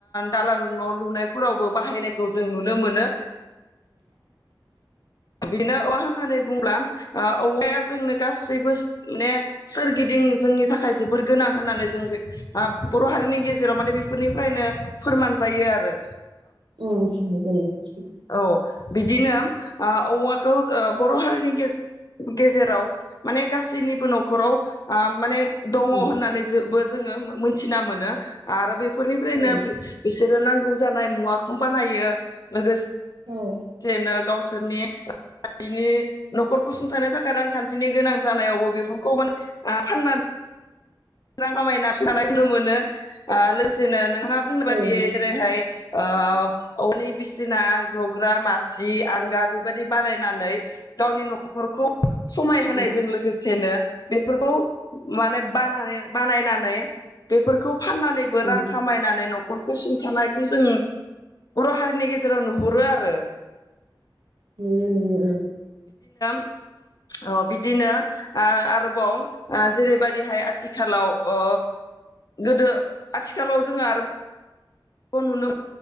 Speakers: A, on the left; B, on the right.
A: दालाल न' लुनायफोरावबो बाहायनायखौ जों नुनो मोनो बेनो औवा होननानै बुंब्ला औवाया जोंनो गासैबो माने सोरगिदिं जोंनि थाखाय जोबोर गोनां होननानै जों बे बर' हारिनि गेजेराव माने बेफोरनिफ्रायनो फोरमान जायो आरो
B: ओम जायो जायो
A: ओ औ बिदिनो ओ औवाखौ ओ बर' हारिनि गेजे गेजेराव माने गासै निबो न'खराव माने दङ
B: उम
A: होननानै <unintelligible> जोंङो मोनथिना मोनो आरो बे फोरनिफ्रायनो
B: औ
A: बि-बिसोर रो नांगौ जानाय मुवाखौ बानायो लोगो
B: औ
A: सेनो गावसोरनि <inaudible> न'खरखौ सुंथानो थाखाय रांखान्थिनि गोनां जानायावबो बेफोरखौ माने आ फानना रां <inaudible> नुनो मोनो ओ लोसेनो नोंहा मा बुंनो
B: उम
A: बियो जेरैहाय ओ अवनि बिसिना जग्रा मासि आंगा बेबायदि बारायनानै गावनि न'खरखौ समाय होनायजों
B: उम
A: लोगोसेनो बेफोरखौ माने बा <unintelligible> बानायनानै बेफोरखौ फाननानैबो
B: उम
A: रां खामायनानै न' खरखौ सुंथानायखौ जोङो बर' हारिनि गेजेराव नुहुरो आरो
B: नुयो नुयो ओ
A: <inaudible> अ बिदिनो ओ आरो बाव ओ जेरैबादिहाय आथि खालाव ओ गोदो आथिखालाव जोङो आरो बाव नुनो